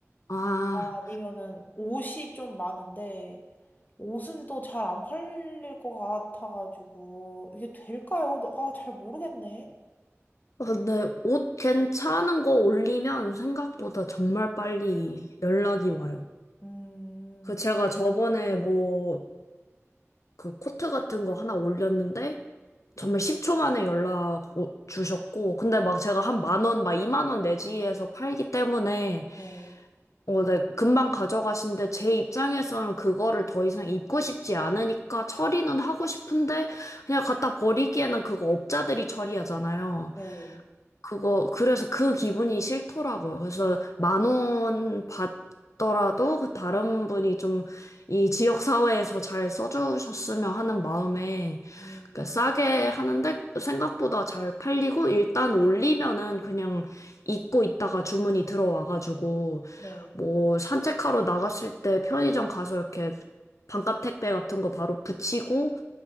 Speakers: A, on the left (about 90°); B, on the left (about 35°).
A: 아,
B: 아, 아니면은 옷이 좀 많은데 옷은 또 잘 안 팔릴 것 같아가지고 이게 될까요? 아, 잘 모르겠네.
A: 근데 옷 괜찮은 거 올리면 생각보다 정말 빨리 연락이 와요.
B: 음.
A: 그 제가 저번에 뭐 그 코트 같은 거 하나 올렸는데 정말 10초 만에 연락 오- 주셨고, 근데 막 제가 한 만 원, 막 2만 원 내지에서 팔기 때문에,
B: 네,
A: 어, 네, 금방 가져가신데, 제 입장에서는 그거를 더 이상 입고 싶지 않으니까 처리는 하고 싶은데, 그냥 갖다 버리기에는 그거 업자들이 처리하잖아요.
B: 네,
A: 그거, 그래서 그 기분이 싫더라고요. 그래서
B: 음,
A: 만원 받더라도 그 다른 분이 좀 이 지역 사회에서 잘 써주셨으면 하는 마음에
B: 음.
A: 그러니까 싸게 하는데 생각보다 잘 팔리고 일단 올리면은 그냥 잊고 있다가 주문이 들어와가지고
B: 네. 음.
A: 뭐 산책하러 나갔을 때 편의점 가서 이렇게 반값 택배 같은 거 바로 붙이고